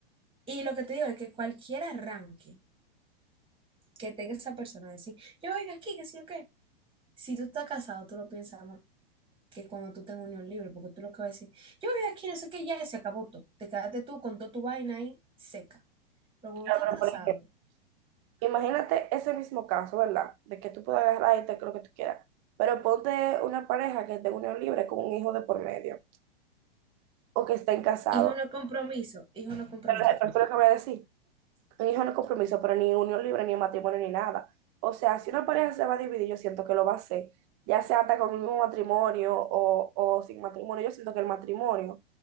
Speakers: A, on the right (about 15°); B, on the right (about 30°).
A: Y lo que te digo es que cualquier arranque que tenga esa persona, decir, yo voy de aquí, que sí, ok. Si tú estás casado, tú lo piensas más que cuando tú tengas unión libre, porque tú lo que vas a decir, yo voy aquí, no sé qué, ya se acabó todo. Te quedaste tú con toda tu vaina ahí seca. Pero
B: Pero,
A: cuando estás casado,
B: por ejemplo, Imagínate ese mismo caso, ¿verdad? De que tú puedas agarrar y te lo que tú quieras. Pero ponte una pareja que esté en unión libre con un hijo de por medio o que estén casados.
A: hijo no es compromiso, hijo no es compromiso
B: Pero
A: tampoco.
B: pero fue que voy a decir. Un hijo no es compromiso, pero ni unión libre, ni matrimonio, ni nada. O sea, si una pareja se va a dividir, yo siento que lo va a hacer. Ya sea hasta con un matrimonio o, o sin matrimonio. Yo siento que el matrimonio